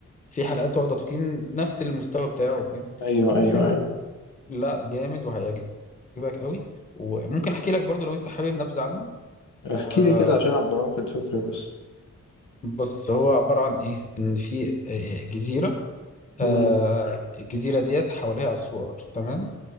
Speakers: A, on the left; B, on the left.
A: في حلقات واخده تقييم نفس المستوى بتاعه
B: ايوه ايوه
A: فاهم
B: ايوه
A: لا جامد وهيعجبك قوي وممكن احكي لك برضو لو انت حابب نبذة عنه آه
B: احكي لي كده عشان ابقى واخد فكره بس
A: بص هو عبارة عن ايه ان في آه، آه، جزيرة آه
B: مم.
A: الجزيرة ديت حواليها اسوار تمام